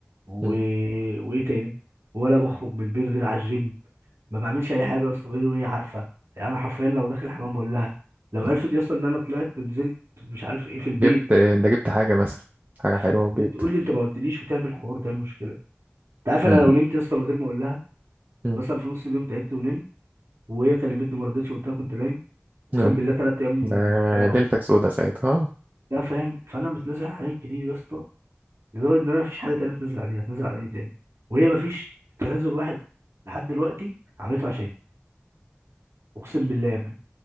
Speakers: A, on the right; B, on the right.
A: و...
B: مم.
A: وايه تاني ولا بخرج من البير غير على الجيم ما بعملش اي حاجه يا اسطى غير وهي عارفه يعني انا حرفيا لو داخل الحمام بقول لها لو
B: مم.
A: عرفت يا اسطى ان انا طلعت نزلت مش عارف ايه في البيت
B: جبت ده جبت حاجة مثلا حاجة حلوة
A: ف- بتقول
B: وجبت
A: لي انت ما قلتليش وتعمل حوار وتعمل مشكله انت عارف انا
B: مم.
A: لو نمت يا اسطى من غير ما اقول لها
B: مم.
A: مثلا في نص اليوم تعبت ونمت وهي كلمتني ما ردتش وقلت لها كنت نايم اقسم
B: آه.
A: بالله ثلاث ايام
B: ده
A: خناقه
B: ليلتك
A: و...
B: سودة ساعتها آه.
A: لا فاهم فانا متنازل عن حاجات كتير يا اسطى لدرجه ان انا مفيش حاجه تانيه اتنازل عليها اتنازل عن ايه تاني وهي مفيش تنازل واحد لحد دلوقتي عملته عشان اقسم بالله يا ابني